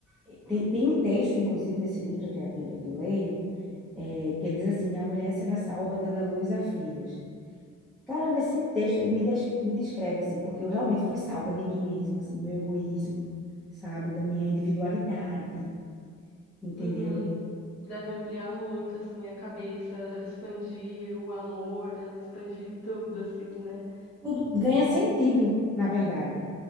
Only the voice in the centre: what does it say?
eh, tem, tem um texto, inclusive, nesse livro, que é a Bíblia que eu leio, é, que ele diz assim: a mulher será salva dando à luz a filhos. Caramba, esse texto ele me, des- me descreve assim, porque eu realmente fui salva de mim mesma, assim, do meu egoísmo, sabe, da minha individualidade, entendeu?
Tudo ganha sentido, na verdade.